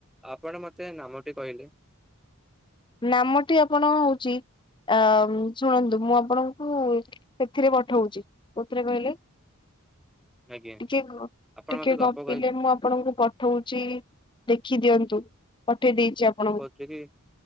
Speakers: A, in the centre; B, on the left (about 20°).
A: ଆପଣ ମତେ ନାମଟି କହିଲେ?
B: ନାମଟି ଆପଣଙ୍କ ହଉଛି। ଆ ଉଁ ଶୁଣନ୍ତୁ ମୁଁ ଆପଣଙ୍କୁ ଏଥିରେ ପଠଉଛି। କଉଥିରେ କହିଲେ?
A: ଆଜ୍ଞା
B: ଟିକେ ଗ
A: ଆପଣ
B: ଟିକେ
A: ମତେ ଗପ
B: ଗପିଲେ
A: କହି
B: ମୁଁ ଆପଣଙ୍କୁ ପଠଉଛି। ଦେଖି ଦିଅନ୍ତୁ ପଠେଇ ଦେଇଛି ଆପଣଙ୍କୁ।
A: କ୍ଷୀରି।